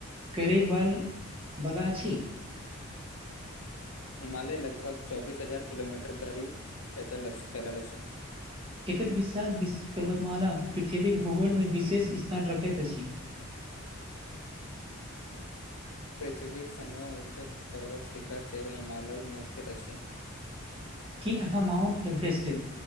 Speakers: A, on the right; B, on the left.
A: करेवाल बला अछी
B: हिमालय लगभग चौबीस हजार किलोमीटर धरि पैदल फैलल अछि
A: एकत विशाल विश पर्वतमाला पृथ्वीक भूगोल मे विशेष स्थान रखैत अछि
B: पृथ्वीक समय उच्च पर्वत शिखर सेहो हिमालय में स्थित अछि
A: की अहाँ माउंट एवेरेस्टके